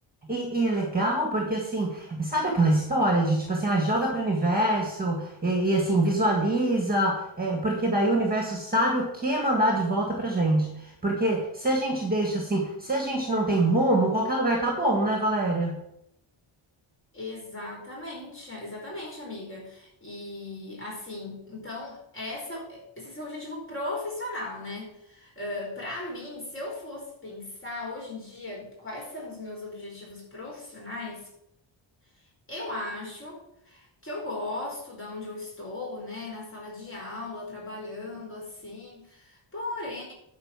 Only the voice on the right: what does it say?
E, e é legal porque, assim, sabe aquela história de, tipo assim, ah, joga para o universo e, e, assim, visualiza, é, porque daí o universo sabe o que mandar de volta pra gente. Porque se a gente deixa assim, se a gente não tem rumo, qualquer lugar tá bom, né, Valéria?